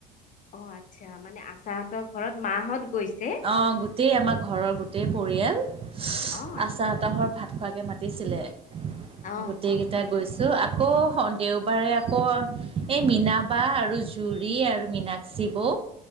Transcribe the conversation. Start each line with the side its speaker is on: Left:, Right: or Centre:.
Left: অ আচ্ছা মানে আচাহঁতৰ ঘৰত মাঁহত গৈছে।
Right: অ, গোটেই আমাৰ ঘৰৰ গোটেই পৰিয়াল
Left: অ আচ্ছা
Right: আচাহতৰ ঘৰত ভাত খোৱাকে মাতিছিলে
Left: অ
Right: গোটেই কেইটাই গৈছো আ আকৌ দেওবাৰে আকৌ এই মীনা বা আৰু জুৰি আৰু মীনাক্ষী বৌ